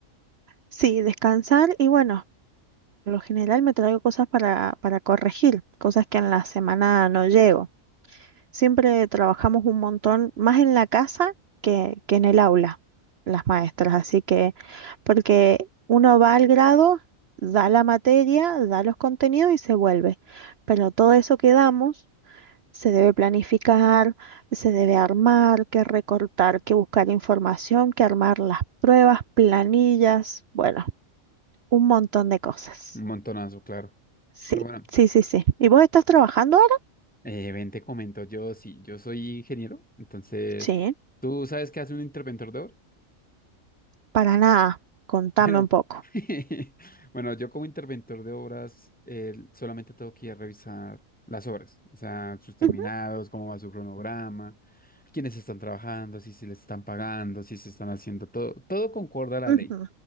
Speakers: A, on the right; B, in the centre.
A: sí, descansar y bueno, por lo general me traigo cosas para, para corregir, cosas que en la semana no llego. Siempre trabajamos un montón, más en la casa que, que en el aula, las maestras. Así que, porque uno va al grado, da la materia, da los contenidos y se vuelve. Pero todo eso que damos se debe planificar, se debe armar, que recortar, que buscar información, que armar las pruebas, planillas, bueno, un montón de cosas.
B: Un montonazo, claro.
A: Sí,
B: Pero bueno,
A: sí, sí, sí. ¿Y vos estás trabajando ahora?
B: eh, ven, te comento. Yo sí, yo soy ingeniero. Entonces,
A: Sí,
B: ¿tú sabes qué hace un interventor de oro?
A: para nada. Contame
B: Bueno,
A: un poco.
B: <laughs> bueno, yo como interventor de obras eh, solamente tengo que ir a revisar las obras, o sea, sus terminados,
A: <laughs>
B: cómo va su cronograma, quiénes están trabajando, si se les están pagando, si se están haciendo todo, todo concuerda a la
A: Ujú,
B: ley.